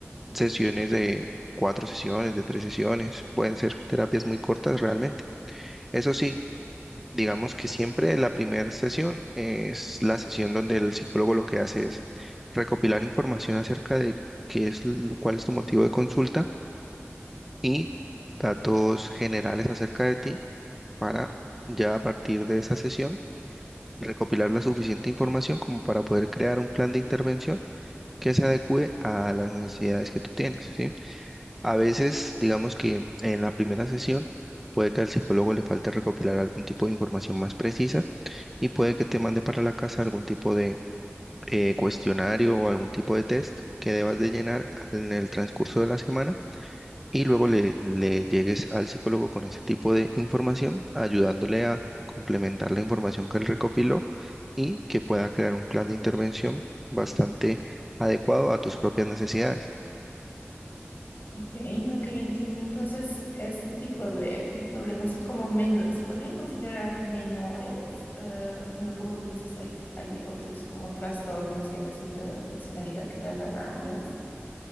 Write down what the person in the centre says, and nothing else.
sesiones de cuatro sesiones, de tres sesiones, pueden ser terapias muy cortas realmente. Eso sí, digamos que siempre la primera sesión es la sesión donde el psicólogo lo que hace es recopilar información acerca de qué es, l- cuál es tu motivo de consulta y datos generales acerca de ti para ya a partir de esa sesión recopilar la suficiente información como para poder crear un plan de intervención que se adecue a las necesidades que tú tienes, ¿sí? A veces, digamos que en la primera sesión puede que al psicólogo le falte recopilar algún tipo de información más precisa y puede que te mande para la casa algún tipo de eh, cuestionario o algún tipo de test que debas de llenar en el transcurso de la semana y luego le, le llegues al psicólogo con ese tipo de información, ayudándole a complementar la información que él recopiló y que pueda crear un plan de intervención bastante adecuado a tus propias necesidades.